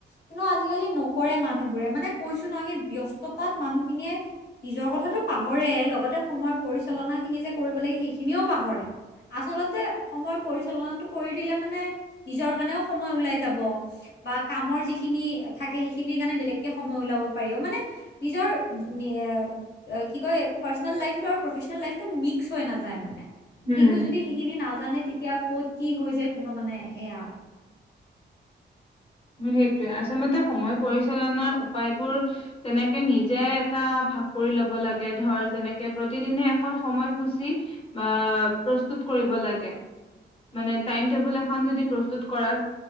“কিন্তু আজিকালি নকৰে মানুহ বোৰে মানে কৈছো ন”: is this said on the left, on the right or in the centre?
Left